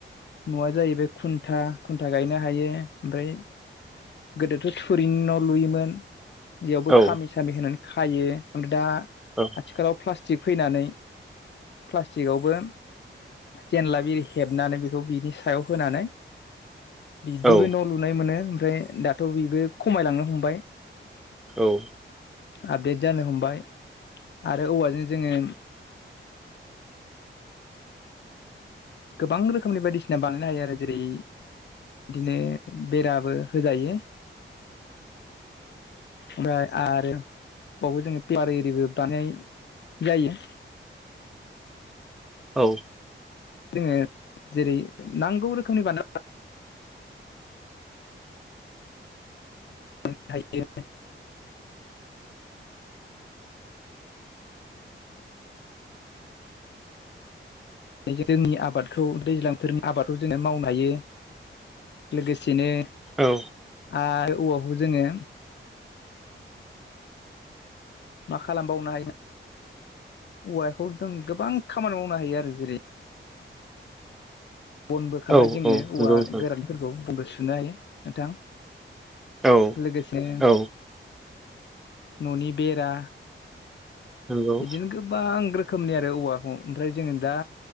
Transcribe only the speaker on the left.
न'आ जाहैबाय खुन्था खुन्था गायनो हायो ओमफ्राय। गोदोथ' थुरिनि न' लुयोमोन। बेयावबो
खामि सामि होनानै खायो ओमफ्राय दा।
आथिखालाव प्लास्टिक फैनानै। प्लास्टिकआवबो। जेनला बिर हेबनानै बेखौ बिनि सायाव होनानै। बिदिबो
न' लुनाय मोनो ओमफ्राय दाथ' बेबो खमायलांनो हमबाय।
आपडेट जानो हमबाय। आरो औवाजों जोङो। गोबां रोखोमनि बायदिसिना बानायनो हायो आरो जेरै। बिदिनो बेराबो होजायो। ओमफ्राय आरो। बेयावबो जोङो पियार एरिबो दानाय जायो।
जोङो जेरै नांगौ रोखोमनि। <unintelligible> <unintelligible> <unintelligible> <unintelligible> <unintelligible> <unintelligible> थायो। जोंनि आबादखौ दैज्लांफोरनि आबादखौ जोङो मावनो हायो। लोगोसेनो।
आरो औवाखौ जोङो। मा खालामबावनो हायो औवाखौ जों गोबां खामानि मावनो हायो आरो जेरै। बनबो
खालामना जोङो औवा
गोरानफोरखौ बनबो सुनो हायो नोंथां।
लोगोसे
न'नि बेरा।
बिदिनो गोबां रोखोमनि आरो औवाखौ ओमफ्राय जोङो दा